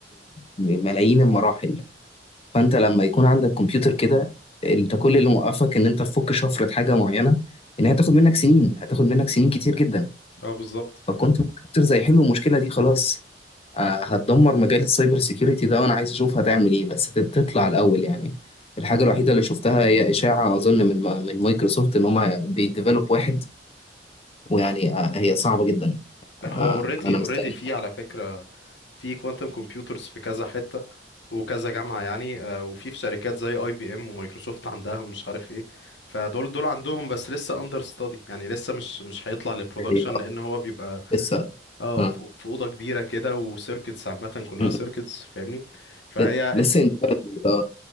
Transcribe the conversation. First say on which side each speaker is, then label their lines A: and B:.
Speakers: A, on the left (about 35°); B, on the left (about 80°).
A: بملايين المراحل فأنت لما يكون عندك كمبيوتر كده أنت كل اللي موقفك إن أنت تفك شفرة حاجة معينة إن هي هتاخد منك سنين هتاخد منك سنين كتير جدا
B: اه بالظبط
A: فالكوانتم كمبيوترز هيحلوا المشكلة دي خلاص آه، هتدمر مجال السايبر سيكيورتي ده وانا عايز اشوف هتعمل ايه بس تت- تطلع الاول يعني الحاجه الوحيده اللي شفتها هي اشاعه اظن من من مايكروسوفت ان هم بيديفلوب واحد ويعني آه، هي صعبه جدا
B: لا
A: آه،
B: هو اوريدي
A: انا
B: اوريدي
A: مستني
B: في على فكرة في كوانتم كمبيوترز في كذا حتة وكذا جامعة يعني آه، وفي في شركات زي اي بي ام ومايكروسوفت عندها ومش عارف ايه فدول دول عندهم بس لسه اندر ستادي يعني لسه مش مش هيطلع للبرودكشن
A: هي
B: لان هو بيبقى
A: لسه
B: اه
A: آه،
B: في في اوضه كبيره كده وسيركتس عامه كلها
A: م-
B: سيركتس فاهمني فهي
A: ل- لسه in development. اه